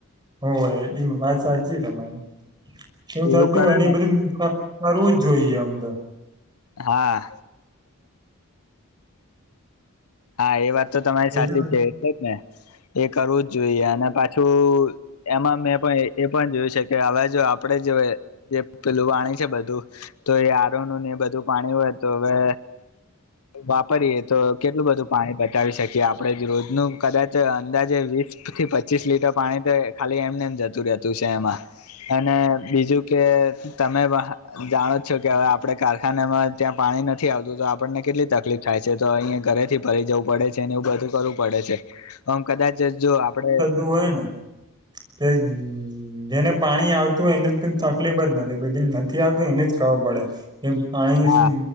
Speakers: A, on the right (about 20°); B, on the left (about 90°).
A: હોય એ વાત સાચી તમારે એવુ થતું
B: એવું કરે
A: હોય ને એ બધું કરવું જ જોઈએ આમ તો
B: હા. હા એ વાત તો તમારી સાચી
A: એ તો
B: છે એટલે જ ને એ કરવું જ જોઈએ અને પાછું એમાં મેં પણ એ પણ એ પણ જોયું છે કે હવે જો આપણેે જે પેલું પાણી છે બધું તો એ આરોનું ને એ બધું પાણી હોય તો હવે વાપરીએે તો કેટલું બધું બતાવી શકીએ આપણે રોજનું કદાચ અંદાજે વીસ થી પચીસ લીટર પાણી તો ખાલી એમને એમ જતું રહેતું છે એમાં અને બીજું કે તમે જાણો પણ જ છો કે હવે આપણેે કારખાનામાં ત્યાં પાણી નથી આવતું તો આપણને કેટલી તકલીફ થાય છે તો અહીંયા ઘરે થી ફરી જવું પડે છે ને એવું બધું કરવું પડે છે આમ કદાચ જો આપડે
A: તું હોય ને કે જેને પાણી આવતું હોય એને તકલીફ જ નથી પડતી નથી આવતું એને જ ખબર પડે એમ પાણીની
B: હા
A: શું